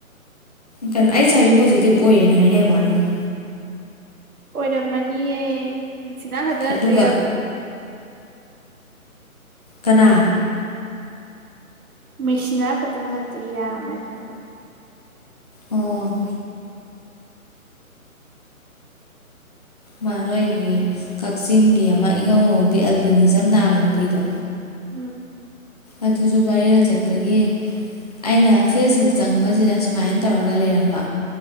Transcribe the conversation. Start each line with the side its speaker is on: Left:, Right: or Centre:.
Left: ꯀꯩꯅꯣ ꯑꯩꯠꯁ ꯑꯥꯏ ꯚꯕꯤ ꯄꯣꯖꯤꯇꯤꯚ ꯑꯣꯏꯌꯦꯅ ꯍꯥꯏꯅꯩ ꯕꯥꯅꯤꯗ
Right: ꯑꯣꯏꯔꯝꯃꯅꯤꯍꯦ ꯃꯦꯛꯁꯤꯅ ꯈꯤꯇꯪ
Left: ꯑꯗꯨꯒ
Right: ꯅꯠꯇꯦ ꯌꯥꯝ
Left: ꯀꯅꯥ
Right: ꯃꯦꯛꯁꯤꯅꯥ ꯈꯛꯇ ꯅꯠꯇꯦ ꯌꯥꯝꯃꯦ ꯍꯥꯏꯕ
Left: ꯑꯣ ꯃꯥ ꯅꯣꯏꯒꯤ ꯀꯛꯆꯤꯡꯒꯤ ꯑꯃ ꯏꯉꯧꯉꯧꯕꯤ ꯑꯜꯕꯤꯅꯤꯖꯝ ꯅꯥꯕ ꯅꯨꯄꯤꯗꯣ
Right: ꯎꯝ
Left: ꯑꯗꯨꯁꯨ ꯕꯥꯏꯔꯗ ꯆꯠꯄꯒꯤ ꯑꯩꯅ ꯐꯦꯁꯕꯨꯛ ꯆꯪꯕꯁꯤꯗ ꯁꯨꯃꯥꯏꯅ ꯇꯧꯔꯒ ꯂꯩꯔꯝꯕ